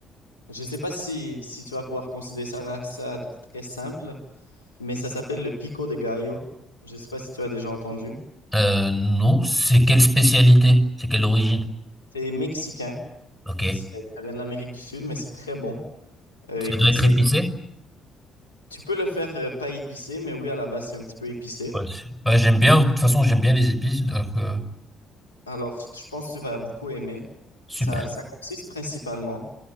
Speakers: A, on the left; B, on the left.
A: Je ne sais pas si, si tu vas pouvoir considérer ça, ça de très simple, mais ça s'appelle le pico de gallo. Je ne sais pas si tu as déjà entendu.
B: Euh, non, c'est quelle spécialité? C'est quelle origine?
A: C'est mexicain,
B: Ok.
A: C'est- ça vient de l'Amérique du Sud, mais c'est très bon. Euh,
B: Ça
A: écoute,
B: doit être
A: c'est,
B: épicé?
A: tu peux le faire euh, pas épicé, mais oui, à la base, c'est un petit peu épicé.
B: Ouais, c'est- ouais, j'aime bien, de toute façon j'aime bien les épices, donc euh,
A: Alors, je je pense que tu vas beaucoup aimer.
B: super.
A: Ça, ça consiste principalement,